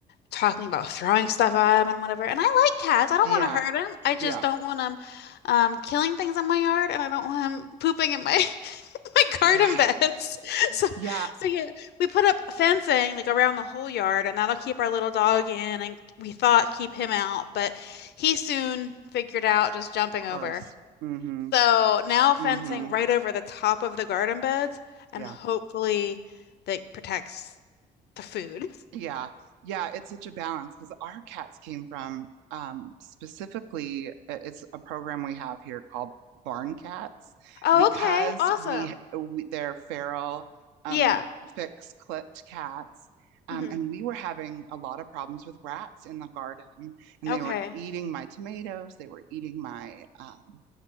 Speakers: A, on the left; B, on the right.
A: talking about throwing stuff at him and whatever. And I like cats. I don't
B: Yeah.
A: want to hurt him. I just
B: Yeah.
A: don't want him um, killing things in my yard, and I don't want him pooping in my <laughs> my garden
B: Yeah.
A: beds. <laughs> So,
B: Yeah.
A: so yeah, we put up fencing like around the whole yard, and that'll keep our little dog in, and we thought keep him out, but he soon figured out just jumping
B: Of
A: over.
B: course. Mm-hmm.
A: So now fencing
B: Mm-hmm.
A: right over the top of the garden beds,
B: Yeah.
A: and hopefully that protects the food.
B: Yeah. Yeah, it's such a balance because our cats came from um specifically uh, it's a program we have here called Barn Cats
A: Oh,
B: because
A: okay. Awesome.
B: we, we they're feral um
A: Yeah.
B: fixed clipped cats. Um,
A: hmm
B: and we were having a lot of problems with rats in the garden, and
A: Okay.
B: they were eating my tomatoes. They were eating my um,